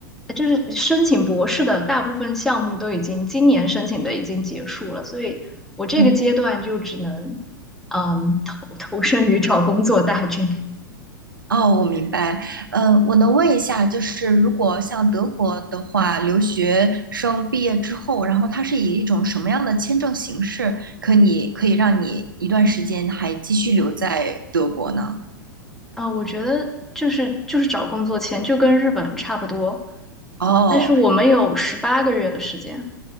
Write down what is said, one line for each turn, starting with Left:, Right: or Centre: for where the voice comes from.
Centre: 就是申请博士的大部分项目都已经今年申请的已经结束了，所以我这个阶段就只能，
Right: 嗯
Centre: 嗯，投投身于找工作大军。
Right: 哦，我明白。呃，我能问一下，就是如果像德国的话，留学生毕业之后，然后他是以一种什么样的签证形式，可以可以让你一段时间还继续留在德国呢？
Centre: 啊，我觉得就是就是找工作前就跟日本差不多，
Right: 哦
Centre: 啊，但是我们有十八个月的时间，